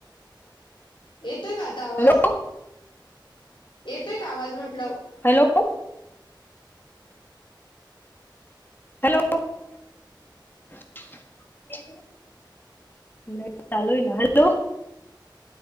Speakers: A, on the left (about 85°); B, on the left (about 25°).
A: येतोय का आता आवाज?
B: हॅलो
A: येतोय का आवाज म्हटलं.
B: हॅलो. हॅलो <unintelligible> नेट चालू आहे ना? हॅलो